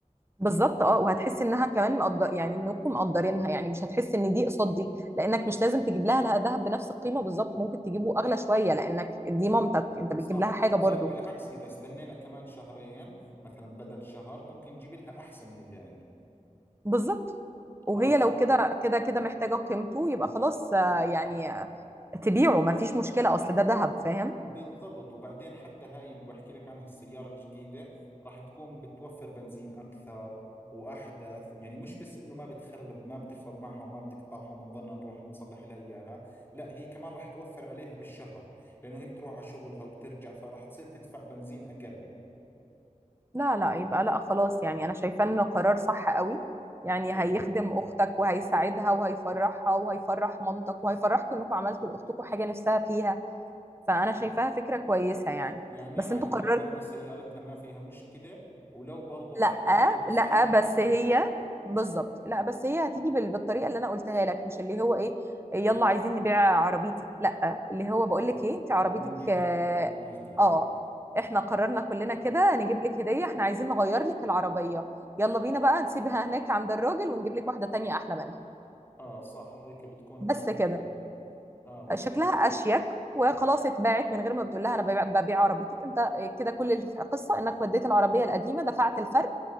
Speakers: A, on the right; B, on the left.
A: بالظبط اه وهتحس انها كمان مقدر يعني انكم مقدرينها يعني مش هتحس ان دي قصاد دي لانك مش لازم تجيب لها لها دهب بنفس القيمه بالظبط ممكن تجيبه اغلى شويه لانك دي مامتك انت بتجيب
B: صح
A: لها حاجه
B: لا
A: برضو
B: بالعكس اذا استنينا كمان شهرين مثلا بدل شهر ممكن نجيب لها احسن من اللي عندها
A: بالظبط وهي
B: اه لا
A: لو كده كده كده محتاجه قيمته يبقى خلاص آه، يعني
B: صح
A: تبيعه ما فيش مشكلة أصل ده ذهب فاهم
B: بالضبط وبعدين حتى هاي اللي بحكي لك عنها السيارة الجديدة راح تكون بتوفر بنزين أكثر وأحدث يعني مش بس إنه ما بتخرب ما بتخرب معها وما بتقطعها وبنضلنا نروح نصلح لها إياها لا هي كمان راح توفر عليها بالشهر لأنه هي بتروح على شغلها وبترجع فراح تصير تدفع بنزين أقل
A: لا لا يبقى لا خلاص يعني أنا شايفة إنه قرار صح قوي يعني
B: حلو
A: هيخدم أختك وهيساعدها وهيفرحها وهيفرح مامتك وهيفرحكم إنكم عملتوا لأختكم حاجة نفسها فيها فأنا
B: حلو
A: شايفاها فكرة كويسة يعني
B: يعني
A: بس
B: عادي
A: أنتوا قررتوا
B: لو بعنا سيارتها ما فيها مشكلة ولو برضو أخذنا
A: لا
B: شوية مصاري
A: لا
B: من
A: بس
B: أمي ما
A: هي
B: فيها
A: بالظبط لا بس هي هتيجي بال- بالطريقه اللي انا قلتها لك مش اللي هو ايه يلا عايزين نبيع عربيتك لا اللي هو بقول
B: آه
A: لك ايه انت عربيتك
B: بدنا نجيب
A: اه
B: لك عربية جديدة
A: آه، احنا قررنا كلنا كده نجيب لك هديه احنا عايزين نغير لك العربيه يلا بينا بقى نسيبها هناك عند الراجل ونجيب لك واحده تانية احلى منها
B: آه صح هيك بتكون
A: بس
B: بطريقة
A: كده
B: أحلى آه مزبوط
A: شكلها اشيك وخلاص اتباعت من غير ما بتقول لها انا ببيع ببيع عربيتك انت كده كل القصه انك وديت العربيه القديمه دفعت الفرق